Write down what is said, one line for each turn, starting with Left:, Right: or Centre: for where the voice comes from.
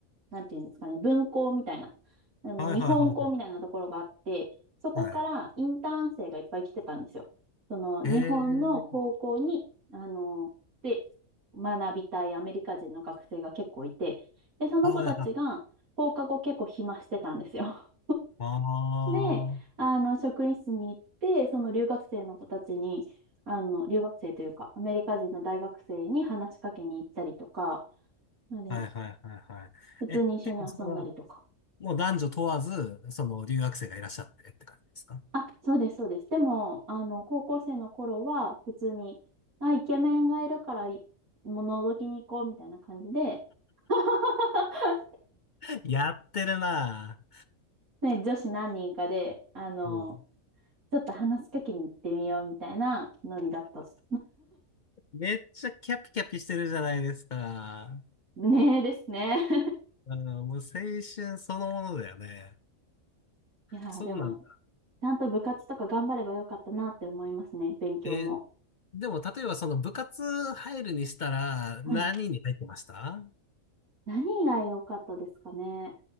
Right: なんていうんですかね、分校みたいな、あの、
Left: はいはいはい
Right: 日本校みたいなところがあって、そこからインターン生がいっぱい来てたんですよ。
Left: はい。はい。
Right: その、日本の高校に、
Left: へえ。
Right: あの、で、学びたいアメリカ人の学生が結構いて、で、その子たちが放課後結構暇してたんですよ。
Left: はいはい。あ
Right: で、
Left: あ。
Right: あの、職員室に行って、その留学生の子たちに、あの、留学生というか、アメリカ人の大学生に話しかけに行ったりとか、なので、
Left: はいはいはいはい。
Right: 普通に一緒に遊んだりとか。
Left: え、結構それは、もう男女問わず、その留学生がいらっしゃってって感じですか
Right: あ、そうです、そうです。でも、あの、高校生の頃は、普通に、あ、イケメンがいるから、いもう覗きに行こうみたいな感じで、<laughs>
Left: <laughs> やってるな
Right: ね、女子何人かで、あの、
Left: ぁ。うん。
Right: ちょっと話しかけに行ってみようみたいなノリだったっす。
Left: めっちゃキャピキャピしてるじゃないですか。
Right: <laughs> ねえですね。
Left: あの、もう青春そのものだよね。
Right: <laughs> いやー、
Left: そうなんだ。
Right: でも、ちゃんと部活とか頑張ればよかったなって思いますね、勉強も。
Left: え、でも例えばその部活入るにしたら何に入ってました
Right: はい。何が良かったですかね。